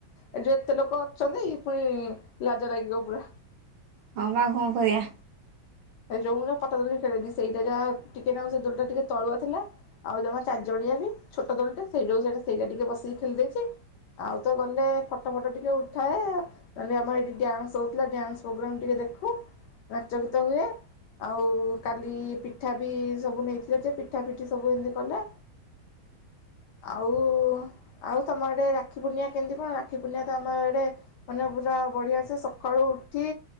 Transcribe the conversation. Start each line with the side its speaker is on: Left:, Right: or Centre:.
Left: ଏ ଯୋଉ ଏତେ ଲୋକ ଅଛନ୍ତି ପୁଣି ଲାଜ ଲାଗିବ ପୁରା।
Right: ହଁ ବା କଣ କରିବା।
Left: ସେ ଯୋଉଦିନ ପଟା ଦୋଳି ଖେଳିନି ସେଇଟା ଯାହା ଟିକେ ନାଗୁରୁ ସେ ଦୋଳିଟା ଟିକେ ତଳୁଆ ଥିଲା ଆଉ ଜମା ଚାରିଜଣିଆ ବି ଛୋଟ ଦୋଳିଟେ ସେଇ ଯୋଗୁ ସେ ସେଇଟା ଟିକେ ବସିକି ଖେଳି ଦେଇଛି ଆଉ ତ ଗଲେ ଫଟୋ ଫଟ ଟିକେ ଉଠାଏ ନହେଲେ ଆମର ଏଇଠି ଡ୍ୟାନ୍ସ ହଉଥିଲା ଡ୍ୟାନ୍ସ ପ୍ରୋଗ୍ରାମ ଟିକେ ଦେଖୁ ନାଚ ଗୀତ ହୁଏ। ଆଉ କାଲି ପିଠା ବି ସବୁ ନେଇଥିଲେ ଯେ ପିଠା ପିଠି ସବୁ ଏମିତି କଲା ଆଉ ଆଉ ତମ ଆଡ଼େ ରାକ୍ଷୀ ପୂର୍ଣ୍ଣିମା କେମିତି କଣ ରାକ୍ଷୀ ପୂର୍ଣ୍ଣିମା ତ ଆମ ଏଡ଼େ ମାନେ ପୁରା ବଢ଼ିଆସେ ସକାଳୁ ଉଠି